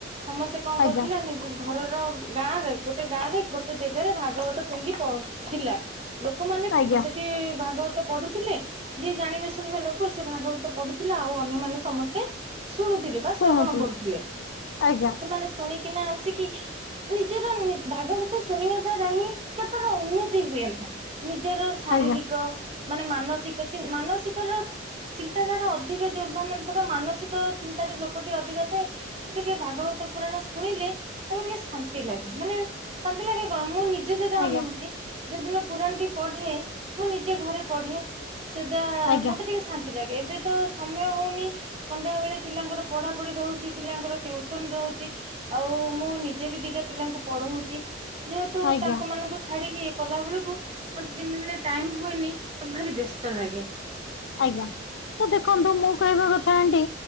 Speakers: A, on the right (about 30°); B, on the left (about 70°).
A: ସମସ୍ତେ କଣ
B: ଆଜ୍ଞା
A: କରୁଥିଲେ ଘରର ଗାଁରେ ଗୋଟେ ଗାଁ ରେ ଗୋଟେ ଜାଗାରେ ଭାଗବତ ଟୁଙ୍ଗି ଥିଲା ଲୋକମାନେ
B: ଆଜ୍ଞା
A: ସେଠି ଟି ଭାଗବତ ପଢୁଥିଲେ। ଯିଏ ଜାଣିବା ଶୁଣିବା ଲୋକ ସେ ଭାଗବତ ପଢୁଥିଲା ଆଉ ଅନ୍ୟମାନେ ସମସ୍ତେ ଶୁଣୁଥିଲେ ବା
B: ଶୁଣୁଥିଲେ
A: ଶ୍ରବଣ କରୁଥିଲେ
B: ଆଜ୍ଞା
A: ସେମାନେ ଶୁଣିକିନା ଆସିକି ନିଜର ଭାଗବତ ଶୁଣିବା ଦ୍ଵାରା ହିଁ କେତର ଉନ୍ନତି ହୁଏ ନା। ନିଜର ଶାରୀରିକ
B: ଆଜ୍ଞା
A: ମାନେ ମାନସିକ ଚି ମାନସିକ ର ଚିନ୍ତାଧାରା ଅଧିକ ଯୋଉ ମାନେ ଧର ମାନସିକ ଚିନ୍ତାାରେ ଲୋକଟି ଅଧିକ ଥାଏ। ସେ ଟିକେ ଭାଗବତ ପୁରାଣ ଶୁଣିଲେ ତାକୁ ଟିକେ ଶାନ୍ତି ଲାଗେ ମାନେ ଶାନ୍ତି ଲାଗେ କଣ ମୁଁ ନିଜେ ସେଇଟା
B: ଆଜ୍ଞା
A: ଅନୁଭୂତି। ଯଉଦିନ ମୁଁ ପୁରାଣ ଟି ପଢେ ମୁଁ ନିଜେ ଘରେ ପଢେ ସେଟା
B: ଆଜ୍ଞା
A: ମତେ ଟିକେ ଶାନ୍ତି ଲାଗେ। ଏବେ ତ ସମୟ ହଉନି। ସନ୍ଧ୍ୟା ବେଳେ ପିଲାଙ୍କର ପଢା ପଢି ରହୁଛି ପିଲାଙ୍କର ଟିଉସନ ରହୁଛି ଆଉ ମୁଁ ନି ଯେ ବି ଦିଟା ପିଲାଙ୍କୁ ପଢଉଛି ଯେହେତୁ
B: ଆଜ୍ଞା
A: ତାଙ୍କ ମାନଙ୍କୁ ଛାଡିକି କଲା ବେଳକୁ ମତେ ଦିନେ ଦିନେ ଟାଇମ ହୁଏନି ମତେ ଭାରି ବ୍ୟସ୍ତ ଲାଗେ।
B: ଆଜ୍ଞା ତ ଦେଖନ୍ତୁ ମୁଁ କହିବା କଥା ଆଣ୍ଟୀ